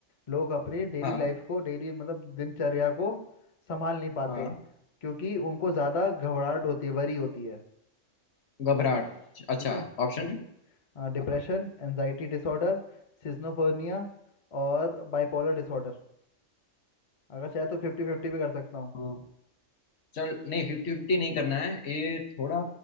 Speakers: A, on the left; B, on the left.
A: लोग अपने डेली
B: हाँ
A: लाइफ को डेली मतलब दिनचर्या को संभाल नहीं पाते
B: हाँ
A: क्योंकि उनको ज़्यादा घबराहट होती है वरी होती है
B: घबराहट अच्छा
A: ठीक है
B: ऑप्शन
A: एक्स डिप्रेशन
B: हाँ,
A: एनजाइटी डिसऑर्डर सिजोफ्रेनिया और बाइपोलर डिसऑर्डर अगर चाहे तो फिफ्टी फिफ्टी भी कर सकता हूँ
B: हाँ। चल नहीं फिफ्टी फिफ्टी नहीं करना है ये थोड़ा